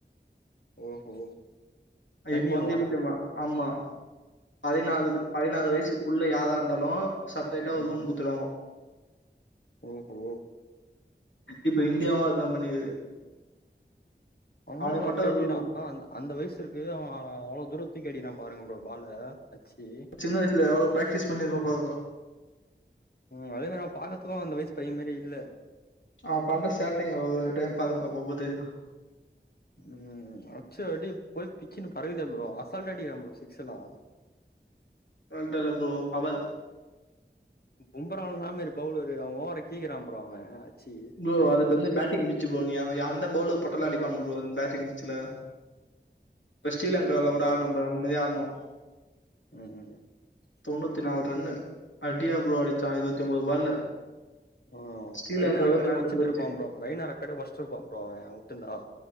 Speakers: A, on the left; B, on the left.
A: ஓஹோ தனியாவா
B: இப்ப வந்து எப்டி தெரியுமா ஆமா பதினாலக்கு
A: ம்
B: பதினாலு வயசுக்குள்ள யாரா இருந்தாலு செப்ரேட்டா ஒரு
A: ம்
B: ரூம் குத்துருவாஙோ
A: ஓஹோ
B: இப்ப இண்டியாவு அதா பண்ணிக்குது
A: அவனு
B: அவனுக்கு
A: அங்க
B: மட்டு
A: அப்டி
B: ஒரு
A: அடிக்கறா
B: ரூமு
A: ஆனா அந்த அந்த வயசிருக்கு அவ அ அவ்ளோ தூரோ தூக்கி அடிக்கிறா பாருங்க ப்ரோ பால அச்சி
B: சின்ன வயசுல எவ்ளோ பிராக்டிஸ் பண்ணி இருப்பாங்கோ
A: ம் அதே மாரி அவ பாக்கத்துக்கூ அந்த வயசு பைய மாரி இல்ல
B: ஆ பண்ற சேட்டைங்கள ஒரு டைம் பாருங்க அப்பப தெரியு
A: ம் அட்ச்ச அடி போயி பிச்சினு பரவில்லயோ ப்ரோ அசால்டா அடிக்கறா ஃப்ரோ சிக்ஸ் எலா
B: <unintelligible> ஃப்ரோ பவல்
A: பும்பராலா ன்னாமேரி பவுளரு அவன் ஓவரா கீக்கிரா ஃப்ரோ அவ அச்சி சிக்ஸ்
B: ப்ரோ
A: லைன்ல
B: அது வந்து பேட்டிங் பிச்சு ப்ரோ நீ அத எந்த பவுல போட்டாலு அடிப்பானுங்க ப்ரோ பேட்டிங் ச்சில இப்ப ஸ்ரீலங்கால
A: ம்
B: கூட ஆட்ன பாரு அந்த மாரி ஆட்ணு
A: ம்
B: தொண்ணூத்தி நால் ரன்னு அடியா ப்ரோ அடிச்சா இருவத்தி ஒன்பது பால்ல
A: ஆ
B: ஸ்ரீலங்காவே
A: ரெய்னா ரெக் காட
B: மிரண்டு
A: ஒட்ச்சிட்
B: போச்சு
A: இருப்பா ப்ரோ ரைனா ரெக்கார்ட் ஒடச்சிட் இருப்பா ப்ரோ அவ வுட்டுந்தா